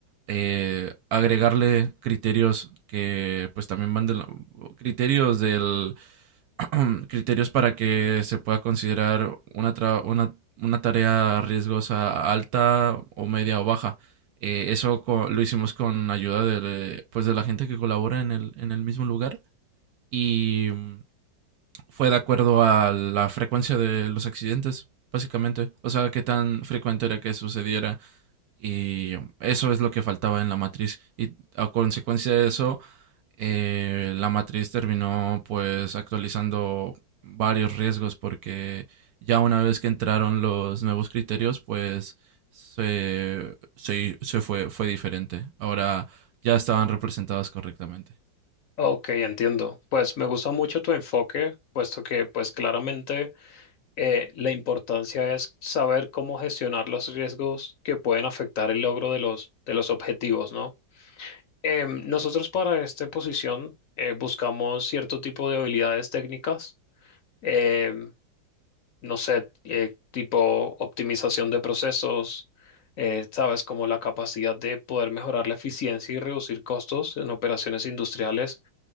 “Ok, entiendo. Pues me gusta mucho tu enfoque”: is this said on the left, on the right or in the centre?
Left